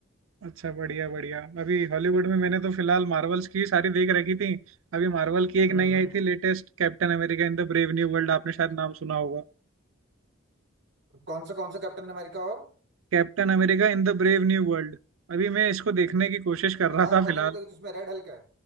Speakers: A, on the right; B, on the right.
A: अच्छा बढ़िया बढ़िया अभी हॉलीवुड
B: हम्म
A: में मैंने तो फिलहाल मार्वल्स की सारी देख रखी थी अभी मार्वल की एक
B: हम्म
A: नई
B: हम्म।
A: आई थी latest Captain America in the brave new world आपने शायद नाम सुना होगा
B: कौन सा कौन सा कैप्टन अमेरिका और
A: Captain America in the brave new world अभी मैं इसको देखने की कोशिश कर रहा
B: हाँ
A: था
B: मैंने
A: फिलहाल
B: वो देखा जिसमें रेड हल्क है